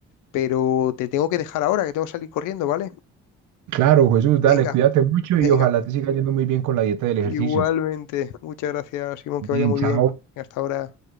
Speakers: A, on the left; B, on the right.
A: pero te tengo que dejar ahora, que tengo que salir corriendo, ¿vale?
B: claro, Jesús, dale,
A: Venga,
B: cuídate mucho
A: venga.
B: y ojalá te siga yendo muy bien con la dieta del ejercicio.
A: Igualmente. Muchas gracias, Simón,
B: Bien,
A: que vaya muy
B: chao.
A: bien. Hasta ahora.